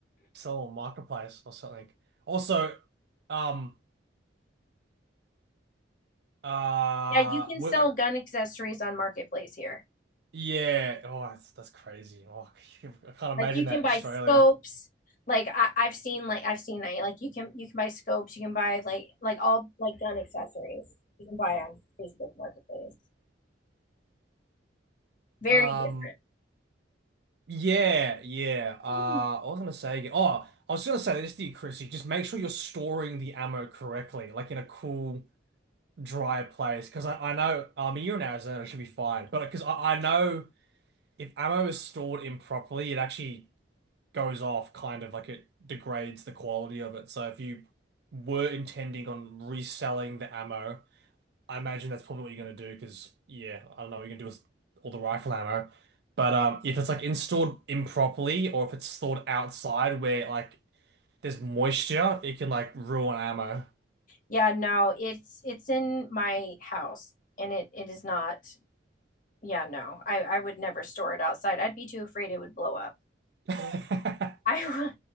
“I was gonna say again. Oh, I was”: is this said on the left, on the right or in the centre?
Right